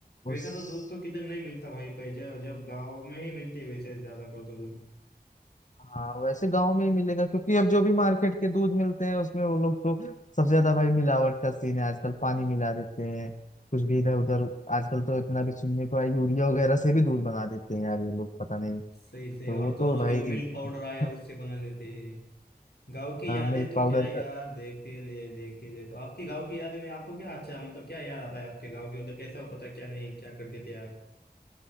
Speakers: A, on the left (about 85°); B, on the left (about 50°).
A: वैसा
B: उस
A: तो दूध तो किधर नहीं मिलता भाई पहले जब जब गाँव में ही मिलती है वैसे ज्यादा कर तो दूध
B: हाँ वैसे गांव में ही मिलेगा क्योंकि अब जो भी मार्केट के दूध मिलते हैं उसमें वो लोग तो सबसे ज्यादा भाई मिलावट का सीन है आजकल पानी मिला देते हैं कुछ भी इधर उधर आजकल तो इतना भी सुनने को है यूरिया वगैरह से भी दूध बना देते हैं यार ये लोग पता नहीं
A: सही
B: तो
A: सही और
B: वो
A: तो
B: तो
A: और
B: भाई
A: जो मिल्क पाउडर
B: <laughs>
A: आया उससे बना लेते हैं गांव की यादें
B: मिल्क
A: तो
B: पाउडर
A: क्या यार देखे ले देखे ले तो आपकी गांव की यादें में आपको क्या अच्छा मतलब क्या याद आता है आपके गांव के उधर कैसा होता था क्या नहीं क्या करते थे आप